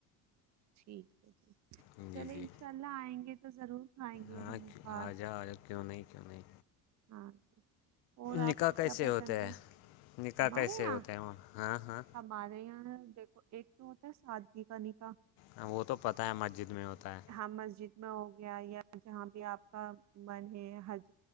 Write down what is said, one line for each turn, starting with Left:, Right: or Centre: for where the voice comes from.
Right: ٹھیک ہے جی
Left: جی
Right: چلے
Left: جی
Right: انشاء اللہ آئیں گے تو ضرور کھائیں گے
Left: ہاں
Right: ہم
Left: آ
Right: اس بار
Left: جا آ جا کیوں نہیں کیوں نہیں
Right: ہاں جی اور
Left: نکاح
Right: آپ کو کیا
Left: کیسے
Right: پسند
Left: ہوتے
Right: ہے
Left: ہیں نکاح
Right: ہمارے
Left: کیسے
Right: یہاں
Left: ہوتے ہیں وہ ہاں ہاں
Right: ہمارے یہاں دیکھو ایک تو ہوتا ہے سادگی کا نکاح
Left: ہاں وہ تو پتہ ہے مسجد میں ہوتا ہے
Right: ہاں مسجد میں ہو گیا یا جہاں بھی آپ کا من ہے حج